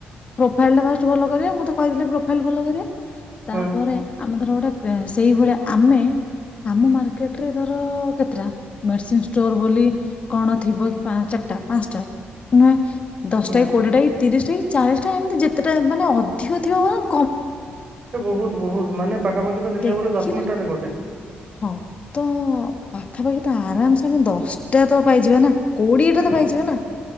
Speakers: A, on the left (about 35°); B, on the right (about 35°).
A: ପ୍ରୋଫାଇଲ୍ ଟା ଫାଷ୍ଟ ଭଲ କରିବା, ମୁଁ ତ କହିଥିଲି ପ୍ରୋଫାଇଲ୍ ଭଲ କରିବା। ତାପରେ
B: ହଁ
A: ଆମେ ଧର ଗୋଟେ କେଁ-ସେଇଭଳିଆ ଆମେ ଆମ ମାର୍କେଟରେ ଧର କେତେଟା ମେଡିସିନ୍ ଷ୍ଟୋର୍ ବୋଲି କଣ ଥିବ କି ପା ଚା ଟା ପାନ୍ସଟା ନୁହେଁ ଦଶଟା
B: ନା
A: କି, କୋଡିଏ ଟାକି, ତିରିଶଟି ଚାଳିଶ ଟା ଏମିତି ଯେତେଟା ମାନେ ଅଧିକ ଥିବ ବରଂ
B: ବହୁତ ବହୁତ ମାନେ ପାଖାପାଖି ତ ଦେଖିବାକୁ
A: ଦେଖିଲେ
B: ଗଲେ ଦଶ ମିଟର ରେ ଗୋଟେ।
A: ହଁ ତ ପାଖାପାଖି ତ ଆରାମସେ ଆମେ ଦଶଟା ତ ପାଇଯିବା ନା। କୋଡିଏ ଟା
B: ହୁଁ
A: ତ ପାଇଯିବା ନା